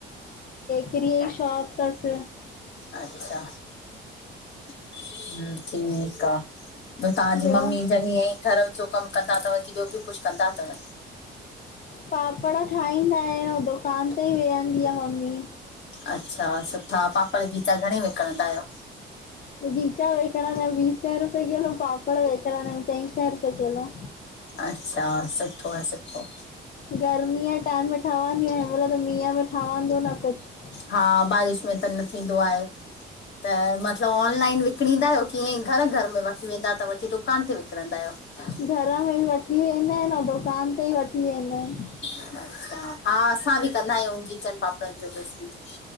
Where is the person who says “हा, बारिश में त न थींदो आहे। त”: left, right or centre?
Left